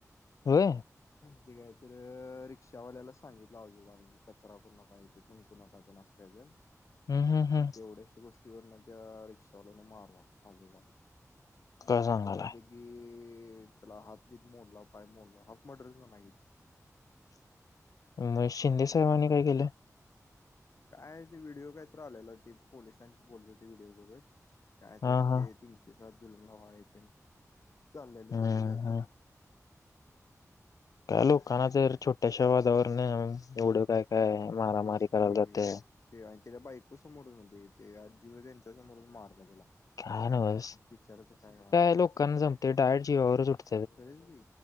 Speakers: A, on the left; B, on the left.
A: होय.
B: ते काय तर रिक्षावाल्याला सांगितल आजोबांनी कि कचरा करु नका इथ थुंकू नका तेन अस. य
A: हम्म हम्म हम्म
B: तेवढ्याश्या गोष्टीवरन त्या रिक्षावाल्यान मारल आजोबांना.
A: काय सांगालाय
B: बऱ्यापैकी त्याला हात बीत मोडला, पाय मोडला, हाफ मडरच म्हणा की तै.
A: मग शिंदेसाहेबांनी काय केल?
B: काय ते व्हिडिओ काहीतर आलेला ते पोलिसांशी बोलत होते व्हिडिओ बघत काय
A: हा
B: तेच ते.
A: हा
B: तीनशे सात <unintelligible> येत चाललेल
A: हम्म
B: त्याच काहीतरी.
A: हम्म काय लोकांना तर छोट्याश्या वादावरन एवढ काय काय मारामारी
B: तेच
A: करायला
B: की
A: जातात.
B: <unintelligible> आणि त्याच्या बायको समोर म्हणजे ते आजी होत्या त्यांच्या समोरच मारल त्याला
A: काय नव्हच
B: बिचारा ते काय.
A: लोकांना जम ते डायरेक्ट जीवावर च उठले.
B: खरच की